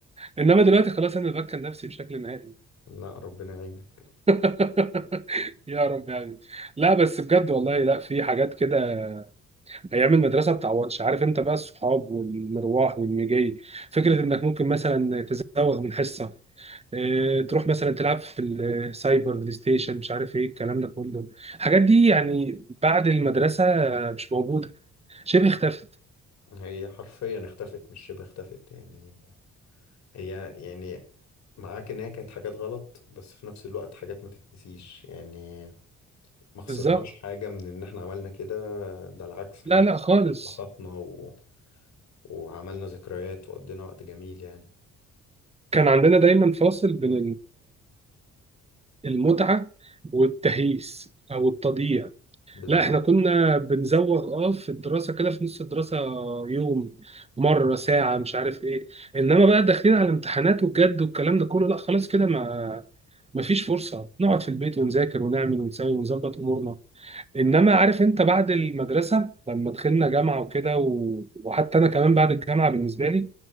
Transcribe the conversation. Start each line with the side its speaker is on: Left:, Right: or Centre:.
Right: انما دلوقتي خلاص انا ببكر نفسي بشكل نهائي
Left: لا ربنا يعينك
Right: <laughs> يا رب يعني لا بس بجد والله لا في حاجات كده ايام المدرسه بتعوضش عارف انت بقى الصحاب والمروح والمجي فكره انك ممكن مثلا تزوغ من حصه إيه، تروح مثلا تلعب في السايبر بلاي ستيشن مش عارف ايه الكلام ده كله الحاجات دي يعني بعد المدرسه مش موجوده شبه اختفت
Left: هي حرفيا اختفت مش شبه اختفت يعني هي يعني معاك ان هي كانت حاجات غلط بس في نفس الوقت حاجات ما تتنسيش يعني ما خسرناش
Right: بالظبط
Left: حاجة من ان احنا عملنا كده ده العكس احنا
Right: لا لا خالص
Left: اتبسطنا و... وعملنا ذكريات وقضينا وقت جميل يعني
Right: كان عندنا دايما فاصل بين المتعة والتهييس أو التضييع
Left: بالظبط
Right: لا احنا كنا بنزوغ اه في الدراسة كده في نص الدراسة يوم مرة ساعة مش عارف ايه انما بقى داخلين على امتحانات وجد والكلام ده كله لا خلاص كده ما مفيش فرصة نقعد في البيت ونذاكر ونعمل ونسوي ونظبط أمورنا انما عارف انت بعد المدرسه لما دخلنا جامعه وكده و... وحتى انا كمان بعد الجامعه بالنسبه لي